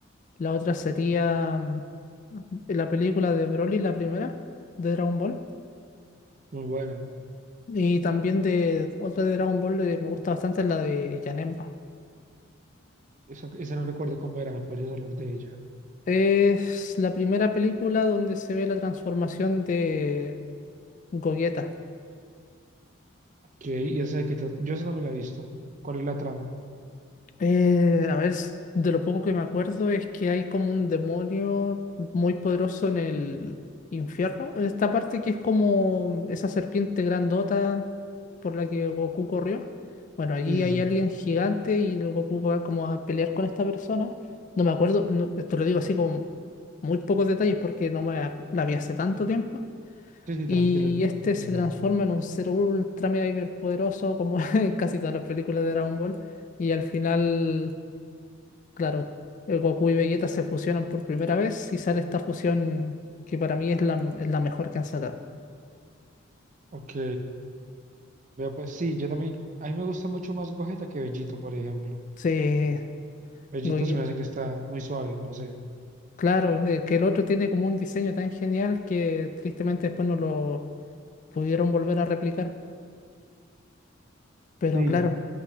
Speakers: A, on the left (about 40°); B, on the right (about 35°).
A: la otra sería mm, la película de Broly, la primera, de Dragon Ball.
B: Muy buena.
A: Y también de otra de Dragon Ball que me gusta bastante es la de Janemba.
B: Esa, esa no recuerdo cómo era, me podrías hablar de ella.
A: Es la primera película donde se ve la transformación de Gogeta.
B: Ok, y esa de qué trata. Yo esa no me la he visto. ¿Cuál es la trama?
A: Eh, a ver, s- de lo poco que me acuerdo es que hay como un demonio muy poderoso en el infierno, en esta parte que es como esa serpiente grandota por la que Goku corrió. Bueno, allí
B: Sí,
A: hay
B: sí, sí.
A: alguien gigante y el Goku va como a pelear con esta persona. No me acuerdo, no- te lo digo así con muy pocos detalles porque no me ac- la vi hace tanto tiempo.
B: Sí, sí,
A: Y
B: tranquilo, igual,
A: este
B: no pasa
A: se
B: nada.
A: transforma en un ser ultra mega hiper poderoso como <laughs> en casi todas las películas de Dragon Ball. Y al final Claro, el Goku y Vegeta se fusionan por primera vez y sale esta fusión que para mí es la, es la mejor que han sacado.
B: Ok. Vea, pues sí, yo también, a mí me gusta mucho más Gogeta que Bellito, por ejemplo.
A: Sí,
B: Bellito
A: Goku.
B: se me hace que está muy suave, no sé.
A: Claro, eh, que el otro tiene como un diseño tan genial que tristemente después no lo pudieron volver a replicar. Pero
B: Sí,
A: claro,